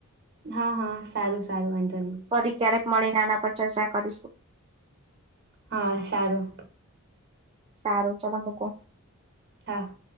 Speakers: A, on the right (about 50°); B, on the right (about 25°).
A: હા હા સારું સારું વાંધો નહી.
B: ફરી ક્યારેક મળી ને આના પર ચર્ચા કરીશું.
A: હા સારું.
B: સારું ચલો મુકુ.
A: હા.